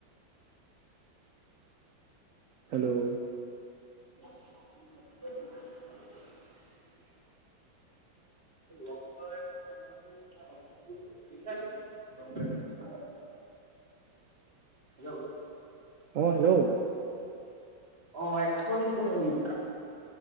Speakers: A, on the right; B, on the right.
A: হেল্লৌ!
B: <unintelligible> লংকই পইছা দিব আছিল নেকি সেই দিনা মেচেজ কৰিছিল লংপেণ্টৰ।
A: চিক চিক চিক।
B: হেল্লৌ!
A: অঁ হেল্লৌ!
B: অঁ এক্সপৰ্ট ইমটপৰ্ট হয় বোলো।